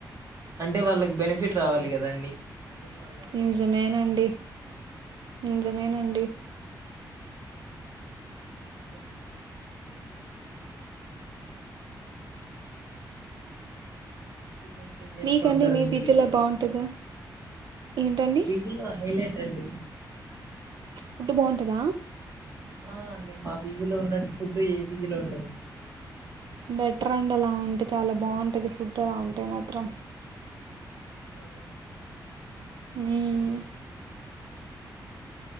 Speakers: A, on the right; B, on the right.
A: అంటే వాళ్ళకి బెనిఫిట్ రావాలి కదండి అందుకు వాళ్ళు అలా
B: నిజమేనండి
A: చేస్తున్నారేమో
B: నిజమేనండి
A: ఇంకేంటండి టిఫిన్స్ ఏం చేస్తా
B: మీకండి
A: ఉంటారు మీ
B: పిజ్జలా
A: పిజీలో
B: బాగుంటదా ఏంటండి
A: మా పిజీ లో హైలైట్ రండి
B: ఫుడ్ బొంటద
A: ఆ అండి మా పీజీలో ఉన్నట్టు ఫుడ్ ఏ పీజీలో ఉండదండి
B: బెటర్ అండి ఆలా ఉంటే చాలా బాగుంటుంది ఫుడ్ ఆలా ఉంటే మాత్రం
A: అవునండి
B: హమ్